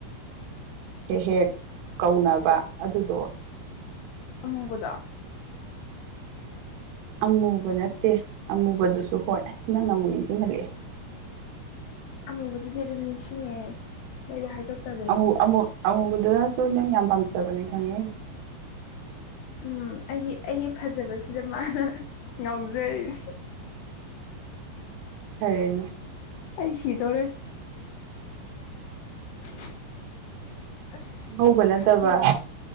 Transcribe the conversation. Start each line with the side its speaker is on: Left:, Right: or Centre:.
Right: ꯍꯦꯛ ꯍꯦꯛ ꯀꯧꯅꯕ ꯑꯗꯨꯗꯣ
Left: ꯑꯃꯨꯕꯗꯣ
Right: ꯑꯃꯨꯕ ꯅꯠꯇꯦ ꯑꯃꯨꯕꯗꯨꯁꯨ ꯍꯣꯏ ꯅꯪꯅ ꯑꯃꯨꯛ ꯅꯤꯡꯁꯤꯡꯍꯜꯂꯛꯑꯦ
Left: ꯑꯃꯨꯕꯗꯨꯗꯤ ꯑꯗꯨꯝ ꯅꯤꯡꯁꯤꯡꯉꯦ ꯅꯣꯏꯗ ꯍꯥꯏꯗꯣꯛꯇꯕꯩꯅꯦ
Right: ꯎꯝ ꯑꯃꯨ ꯑꯃꯨꯗꯨꯅꯁꯨ ꯅꯪ ꯌꯥꯝ ꯄꯥꯝꯖꯕꯅꯤ ꯈꯪꯉꯦ
Left: ꯎ ꯑꯩꯒꯤ ꯑꯩꯒꯤ ꯐꯖꯕꯁꯤꯗ ꯃꯥꯅ ꯉꯥꯎꯖꯔꯤꯅꯤ
Right: ꯐꯔꯅꯦ
Left: ꯑꯩꯁꯤꯗꯣꯔꯦ <unintelligible> ꯑꯁ
Right: ꯑꯉꯧꯕ ꯅꯠꯇꯕ
Left: ꯈꯪꯉꯦ